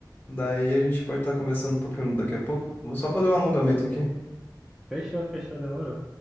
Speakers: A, on the left; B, in the centre.
A: Daí a gente pode estar conversando um pouquinho daqui a pouco. Vou só fazer um alongamento aqui.
B: Fechou, fechou, demorou.